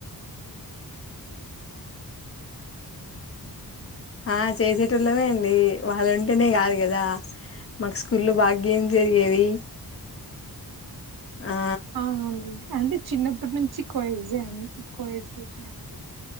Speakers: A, on the right; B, on the left.
A: చి
B: ఆ చేసేటోళమే అండి వాళ్ళు ఉంటేనే కాదు కదా మాకు స్కూల్లో బాగా గేం జరిగేవి ఆ
A: అవునండి అంటే చిన్నప్పటి నుంచి కోయిజ కో ఎడ్యుకేషనే అండి